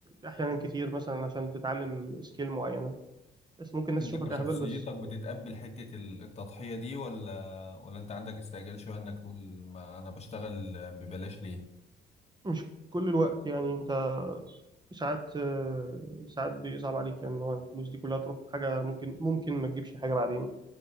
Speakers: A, on the right; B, on the left.
A: احيانا كتير مثلا عشان تتعلم سكيل معينه بس ممكن الناس
B: انت
A: تشوفك
B: كشخصيتك
A: اهبل بس
B: بتتقبل حته ال- التضحيه دي ولا ولا انت عندك استعجال شويه انك تقول ما انا بشتغل ببلاش ليه
A: مش كل الوقت يعني انت ساعات آه، ساعات بيصعب عليك يعني ان هو الفلوس دي كلها تروح في حاجه ممكن ممكن ما تجيبش حاجه بعدين